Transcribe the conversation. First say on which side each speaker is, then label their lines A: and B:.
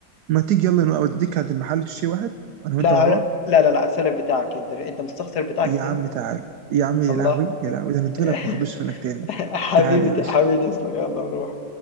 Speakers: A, on the right (about 65°); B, on the left (about 60°).
A: ما تيجي يلا نبقى أوديك عند المحل تشتري واحد أنا وأنت
B: لا،
A: مع بعض
B: لأ، لا، لا، لأ، السلم بتاعك أنت أنت مستخسر بتاعك
A: يا
B: فيّا؟
A: عم تعالى يا عم يا
B: الله!
A: لهوي يا لهوي ده أنا ادولك
B: <laughs>
A: ما خدوش منك تاني
B: حبيبي
A: تعالى يا
B: ت
A: باشا
B: حبيبي تسلم، يالّا نروح.